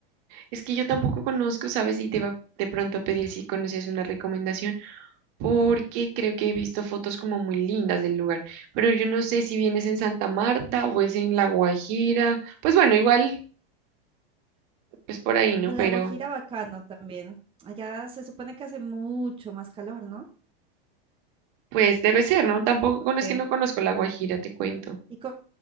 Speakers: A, on the right; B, on the right.
A: Es que yo tampoco conozco, ¿sabes? Y te iba de pronto a pedir si conocías una recomendación, porque creo que he visto fotos como muy lindas del lugar. Pero yo no sé si vienes
B: Mm,
A: en Santa Marta
B: mm.
A: o es en La Guajira. Pues bueno, igual, pues por ahí,
B: Pues,
A: ¿no? Pero
B: La Guajira bacano también. Allá se supone que hace mucho más calor, ¿no?
A: Pues debe ser, ¿no? Tampoco
B: Ok.
A: con, es que no conozco La Guajira, te cuento.
B: ¿Y co-